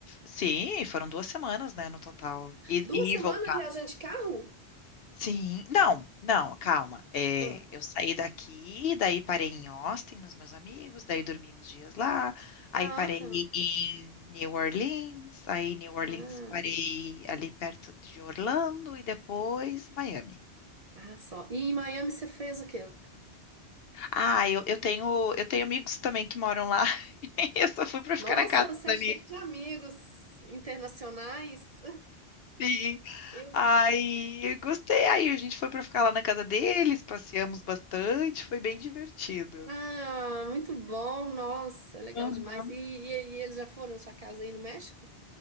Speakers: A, on the left; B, on the right.
A: Sim, foram duas semanas, né, no total. E,
B: Duas
A: e
B: semanas
A: voltar.
B: viajando de carro?
A: Sim, não, não, calma. É,
B: Ah,
A: eu saí daqui, daí parei em Austin, nos meus amigos, daí dormi uns dias lá, aí
B: ah,
A: parei
B: tá.
A: em New Orleans, aí em New Orleans
B: Ah,
A: parei ali perto de Orlando e depois Miami.
B: ah, só. E em Miami você fez o quê?
A: Ah, eu, eu tenho, eu tenho amigos também que moram lá. <laughs> Eu só fui pra
B: Nossa,
A: ficar na casa
B: você
A: dos
B: é cheio
A: amigos.
B: de amigos internacionais.
A: Sim.
B: Eu...
A: Aí, eu gostei. Aí a gente foi pra ficar lá na casa deles, passeamos bastante, foi bem divertido.
B: Ah, muito bom, nossa, legal
A: Aham.
B: demais. E, e, e eles já foram na sua casa aí no México?